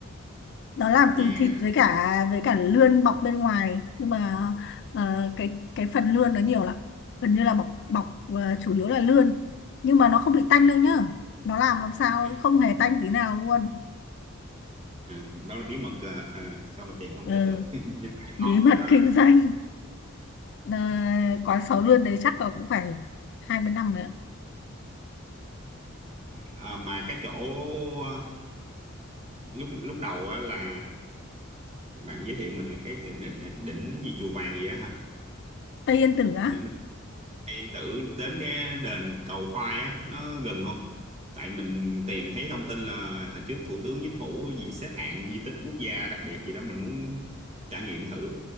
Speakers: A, on the left; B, on the right.
A: nó làm
B: nghe
A: từ thịt với cả với cả lươn bọc bên ngoài nhưng mà ờ, cái cái phần lươn nó nhiều lắm gần như là bọc bọc
B: ừ,
A: ờ, chủ yếu là lươn nhưng mà nó không bị tanh
B: nghe-
A: đâu nhá nó làm làm sao
B: nghe.
A: không hề tanh tí nào luôn
B: À, đó là bí mật à, sao, sao mà tìm thông
A: ừ,
B: tin được <laughs> nhưng mà
A: bí
B: ngon
A: mật
B: được rồi
A: <laughs> kinh doanh Ờ, quán Sáu Lươn đấy chắc là cũng phải 20 năm rồi ạ
B: à, mà cái chỗ ờ, lúc lúc đầu á là bạn giới thiệu mình là cái đỉnh đỉnh nó như chùa vàng gì á ha
A: Tây Yên Tử á
B: mình ở mình yên tử đến cái đền cầu khoai á nó gần không tại mình tìm thấy thông tin là hồi trước thủ tướng chính phủ gì xếp hạng di tích quốc gia đặc biệt gì đó mình muốn trải nghiệm thử